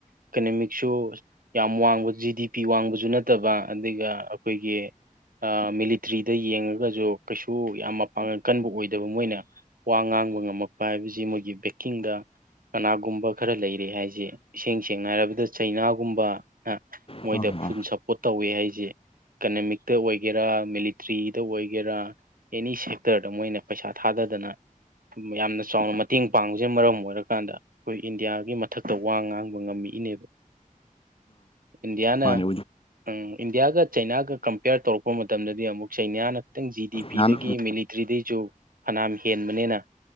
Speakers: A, on the right; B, on the left.
A: ꯏꯀꯅꯣꯃꯤꯛꯁꯨ ꯌꯥꯝ ꯋꯥꯡꯕ ꯖꯤꯗꯤ ꯄꯤ ꯋꯥꯡꯕꯁꯨ ꯅꯠꯇꯕ ꯑꯗꯒꯤ ꯑꯩꯈꯣꯏꯒꯤ ꯃꯤꯂꯤꯇ꯭ꯔꯤꯗ ꯌꯦꯡꯉꯒꯁꯨ ꯀꯩꯁꯨ ꯌꯥꯝ ꯃꯄꯥꯡꯒꯜ ꯀꯟꯕ ꯑꯣꯏꯗꯕ ꯃꯣꯏꯅ ꯋꯥ ꯉꯥꯡ ꯈꯥꯡꯕ ꯉꯝꯃꯛꯄ ꯍꯥꯏꯕꯁꯤ ꯃꯣꯏꯒꯤ ꯕꯦꯛꯀꯤꯡꯗ ꯀꯅꯥꯒꯨꯝꯕ ꯈꯔ ꯂꯩꯔꯤ ꯍꯥꯏꯁꯦ ꯏꯁꯦꯡ ꯁꯦꯡꯅ ꯍꯥꯏꯔꯕꯗ ꯆꯩꯅꯥꯒꯨꯝꯕꯅ ꯃꯣꯏꯗ
B: ꯑ ꯑ
A: ꯐꯨꯜ ꯁꯞꯄꯣꯔꯠ ꯇꯧꯋꯤ ꯍꯥꯏꯁꯦ ꯑꯦꯀꯅꯃꯤꯛꯇ ꯑꯣꯏꯒꯦꯔꯥ ꯃꯤꯂꯤꯇ꯭ꯔꯤꯗ ꯑꯣꯏꯒꯦꯔꯥ ꯑꯦꯅꯤ ꯁꯦꯛꯇꯔꯗ ꯃꯣꯏꯅ ꯄꯩꯁꯥ ꯊꯥꯗꯗꯅ ꯌꯥꯝꯅ ꯆꯥꯎꯅ ꯃꯇꯦꯡ ꯄꯥꯡꯕꯕꯁꯤꯅ ꯃꯔꯝ ꯑꯣꯏꯔꯀꯥꯟꯗ ꯑꯩꯈꯣꯏ ꯏꯟꯗꯤꯌꯥꯒꯤ ꯃꯊꯛꯇ ꯋꯥ ꯉꯥꯡꯕ ꯉꯝꯃꯛꯏꯅꯦꯕ ꯏꯟꯗꯤꯌꯥꯅ
B: ꯃꯥꯅꯦ
A: ꯎꯝ ꯏꯟꯗꯤꯌꯥꯒ ꯆꯩꯅꯥꯒ ꯀꯝꯄꯦꯌꯔ ꯇꯧꯔꯛꯄ ꯃꯇꯝꯗꯗꯤ ꯑꯃꯨꯛ ꯆꯩꯅꯤꯌꯥꯅ ꯈꯤꯇꯪ ꯖꯤ ꯗꯤ ꯄꯤꯗꯒꯤ
B: ꯅꯍꯥꯟ
A: ꯃꯤꯂꯤꯇ꯭ꯔꯤꯗꯒꯤꯁꯨ ꯐꯅꯝ ꯍꯦꯟꯕꯅꯤꯅ